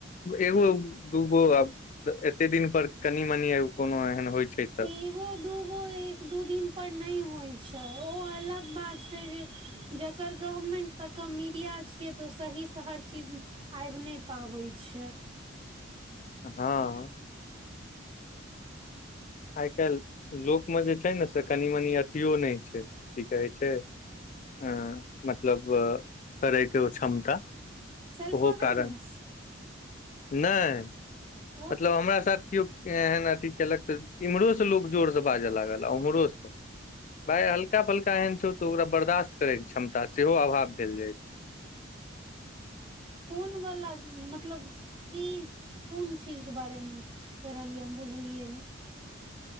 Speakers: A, on the left; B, on the right.
A: एगो दूगो आब एते दिन पर कनि मनी कोनो एहन होइ छै तऽ
B: एगो दूगो ए- एक दू दिन पर नहि होइ छै ओ अलग बात छै जे जकर गवर्मेंट तऽ के मीडिया छियै तऽ ओ सहीसँ हर चीज आबि नहि पाबै छै
A: हाँ आइ काल्हि लोकमे जे छै ने से कनि मनी अथियो नहि छै की कहै छै हँ मतलब करैके ओ क्षमता
B: सेल्फ
A: ओहो
B: अवेयरनेस
A: कारण नहि
B: तऽ
A: तब हमरा साथ केओ एहन अथी केलक तऽ इम्हरोसँ लोक जोरसँ बाजऽ लागल उम्हरोसँ भाय हल्का फल्का एहन छौ त ओकरा बर्दाश्त करै के क्षमता सेहो अभाव भेल जाय छै
B: कोन वला मतलब की कोन चीज के बारेमे कहि रहलियै हम बुझलियै ने